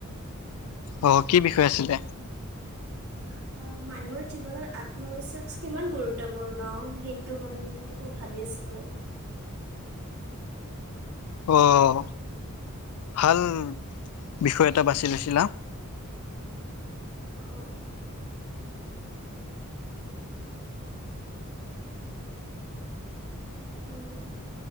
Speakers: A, on the left; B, on the right.
A: অ কি বিষয় আছিলে।
B: <inaudible> অ মানুহৰ জীৱনত আত্মবিশ্বাস কিমান গুৰুত্বপূৰ্ণ সেই, তো মানে বিষয়টো মই ভাবি আছিলো।
A: অঁ ভাল বিষয় এটা বাছি লৈছিলা।
B: অ উম,